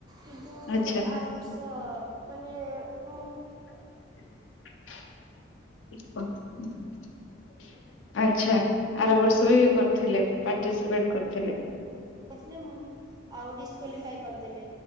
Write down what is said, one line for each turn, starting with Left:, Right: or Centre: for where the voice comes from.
Right: କିନ୍ତୁ
Left: ଆଚ୍ଛା
Right: ଆର ବର୍ଷ ମାନେ ମୁଁ
Left: <inaudible> ଆଚ୍ଛା ଆର ବର୍ଷବି କରିଥିଲେ ପାର୍ଟିସିପେଟ କରିଥିଲେ।
Right: ଯାଇଥିଲି ମୁଁ ଆଉ ଡିସକ୍ଵାଲିଫାଇ କରିଦେଲେ।